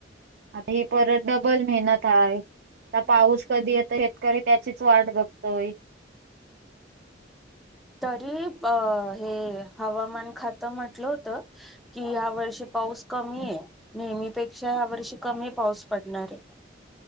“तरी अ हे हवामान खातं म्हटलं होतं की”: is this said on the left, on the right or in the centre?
Centre